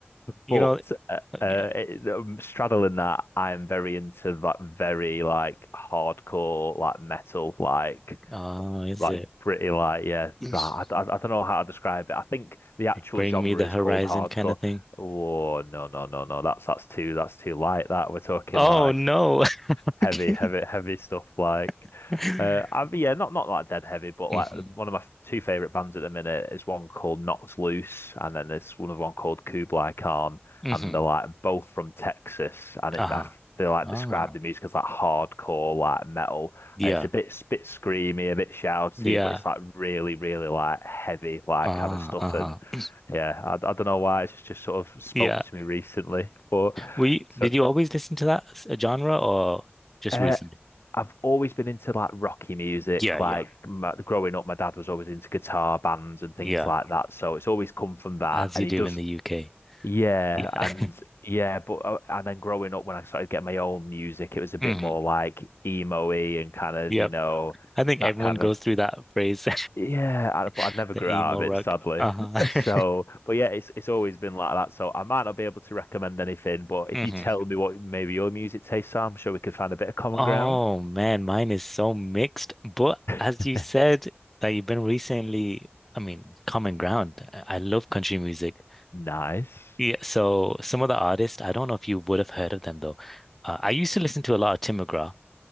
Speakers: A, in the centre; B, on the left.
A: You
B: But
A: know,
B: uh, uh,
A: yeah.
B: it, um, straddling that, I'm very into that very like hardcore like metal like
A: Oh, is
B: like
A: it
B: pretty like yeah.
A: <sniffs>
B: nah, I, I, I don't know how to describe it. I think the actual
A: Bring
B: genre
A: Me the
B: is
A: Horizon
B: called hardcore.
A: kind of thing?
B: Oh no no no no. That's that's too that's too light. That we're talking
A: Oh
B: like
A: no. <laughs>
B: heavy,
A: Okay.
B: heavy, heavy stuff. Like,
A: <laughs>
B: uh, I, yeah, not not like dead heavy, but
A: hmm
B: like one of my f- two favorite bands at the minute is one called Knox Loose, and then there's one of one called Kublai Khan,
A: hmm
B: and they're like both from Texas, and it.
A: Uh-huh.
B: I, They like
A: Ah,
B: describe the music as like hardcore, like metal,
A: yeah,
B: and it's a bit bit screamy, a bit shouty,
A: yeah.
B: but it's like really, really like heavy, like
A: Ah,
B: kind of stuff.
A: uh-huh.
B: And yeah, I, I don't know why it's just sort of spoke
A: Yeah.
B: to me recently, but
A: Were you,
B: so
A: did you always listen to that s- genre or just
B: uh,
A: recently?
B: I've always been into like rocky music.
A: Yeah,
B: Like
A: yeah,
B: my, growing up, my dad was always into guitar bands and things
A: yeah.
B: like that. So it's always come from that.
A: As
B: And
A: you
B: he
A: do
B: does,
A: in the UK.
B: yeah,
A: Yeah.
B: and yeah, but uh, and then growing up, when I started getting my own music, it was a bit
A: <laughs> hmm
B: more like emo-y and kind of,
A: Yep.
B: you know,
A: I think everyone
B: that kind
A: goes
B: of
A: through that phase,
B: yeah. I, but
A: <laughs>
B: I never
A: the
B: grew
A: emo
B: out of it,
A: rock.
B: sadly.
A: Uh-huh.
B: <laughs> So, but yeah, it's it's always been like that. So I might not be able to recommend anything, but if
A: <laughs>
B: you
A: hmm
B: tell me what maybe your music tastes are, I'm sure we could find a bit of common
A: Oh
B: ground.
A: man, mine is so mixed. But as
B: <laughs>
A: you said that you've been recently, I mean, common ground. I I love country music.
B: Nice.
A: Yeah, so some of the artists, I don't know if you would have heard of them though. Uh, I used to listen to a lot of Tim McGraw.